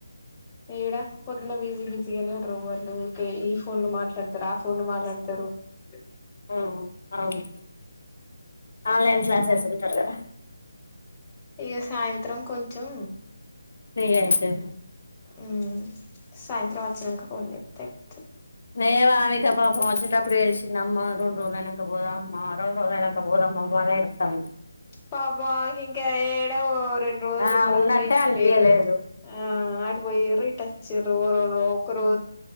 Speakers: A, on the left; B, on the left.
A: ఏడ పొద్దున్న బిజీ బిజీగానే ఉంటరు వాళ్లు ఊకే ఈ ఫోన్లు మాట్లాడతారు ఆ ఫోన్లు మాట్లాడతారు. ఎ
B: ఆ అవును ఆన్లైన్ క్లాసెస్
A: ఇగ సా
B: వింటాడు కదా
A: ఇగ సాయంత్రం కొంచెం
B: ఫ్రీ అయితది
A: మ్మ్ సాయంత్రం వచ్చనంక ఫోన్ చెప్ అ
B: మేమామిక పాపం వచ్చెటప్పుడు వేసింది అమ్మా అ రెండు రోలైనాక పోదాం ఆమ్మ రెండు రోలైనాక పోదాం బాగా ఎడుస్తా
A: పాపం ఆ ఇంకా ఎడవు రెండు రోజులు
B: ఆ
A: నిమ్మలంగర
B: ఉన్నట్టే
A: ఏనే
B: అనిపియలేదు
A: లేరు ఆ ఆడి పోయిరు ఇటు అచ్చిరు ఒకరు